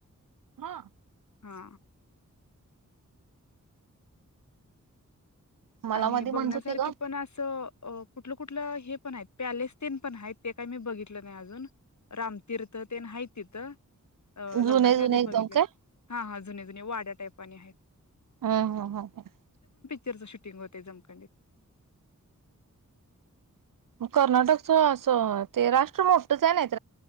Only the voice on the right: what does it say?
हा
मला
मध्ये
म्हणत होती ग
जुने जुने
एकदम
काय
हं ह ह.
मंग कर्नाटकच अस अ ते राष्ट्र मोठंच ये नाई